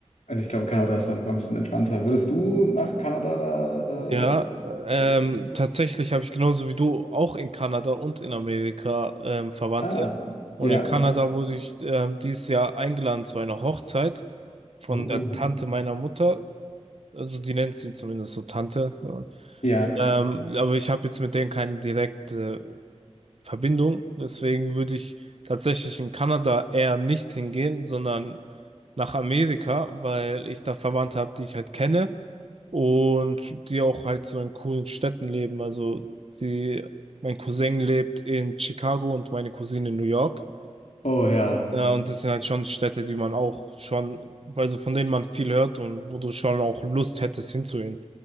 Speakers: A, on the left; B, on the right.
A: Und ich glaube, Kanada ist da noch mal ein bisschen entspannter. Würdest du nach Kanada da,
B: Ja,
A: äh,
B: ähm,
A: Amerika gehen?
B: tatsächlich habe ich genauso wie du auch in Kanada und in Amerika ähm, Verwandte.
A: Ah,
B: Und
A: ja.
B: in Kanada wurde ich ähm, dieses Jahr eingeladen zu einer Hochzeit von
A: Uh.
B: der Tante meiner Mutter. Also die nennt sie zumindest so Tante.
A: Ja.
B: Ähm, aber ich habe jetzt mit denen keine direkte Verbindung. Deswegen würde ich tatsächlich in Kanada eher nicht hingehen, sondern nach Amerika, weil ich da Verwandte habe, die ich halt kenne und die auch halt so in coolen Städten leben. Also die, mein Cousin lebt in Chicago und meine Cousine in New York.
A: Oh ja.
B: Äh, Und das sind halt schon Städte, die man auch schon, also von denen man viel hört und wo du schon auch Lust hättest hinzugehen.